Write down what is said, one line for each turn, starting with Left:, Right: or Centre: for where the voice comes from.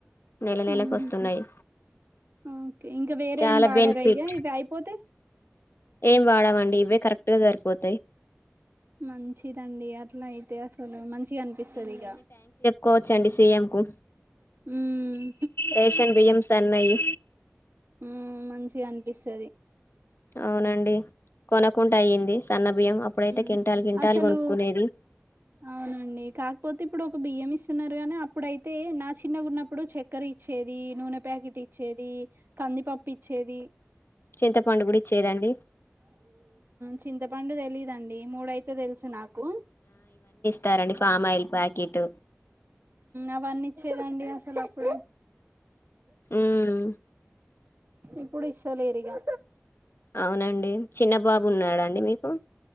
Left: నెల నెలకు
Right: ఊహూ
Left: వస్తున్నాయి
Right: ఓకే ఇంకా వేరే
Left: చాలా
Right: ఏం వాడరా
Left: బెనిఫిట్
Right: ఇగ ఇవి అయిపోతే
Left: ఏం వాడమండి ఇవే కరెక్ట్ గా సరిపోతా
Right: మంచిదండి అ ట్లయితే అసలు మంచి గా అనిపిస్తుంది ఇక
Left: కోవచ్చండి సిఎం కు
Right: ఉం
Left: రేషన్ బియ్యం సన్నయి
Right: ఉం మంచిగా అనిపిస్తది
Left: అవునండి కొనకుండా అయింది సన్న బియ్యం అప్పుడైతే
Right: ఉం
Left: కింటాలు కింటాలు
Right: అసలు
Left: కొనుక్కునేది
Right: అవునండి కాకపోతే ఇప్పుడు ఒక బియ్యం ఇస్తున్నారు గాని అప్పుడైతే నా చిన్నగా ఉన్నప్పుడు చక్కెర ఇచ్చేది నూనె ప్యాకెట్ ఇచ్చేది కందిపప్పు ఇచ్చేది
Left: చింతపండు కూడా ఇచ్చేదండి
Right: చింతపండు తేలిద అండి మూడయితే తెలుసు నాకు
Left: తారండి ఫామ్ ఆయిల్ ప్యాకెట్
Right: అవన్నీచ్చేదండి అసలు అప్పుడు
Left: ఉమ్
Right: ఇప్పుడు ఇస్తలేరుగా
Left: అవునండి చిన్న బాబు ఉన్నాడాండి మీకు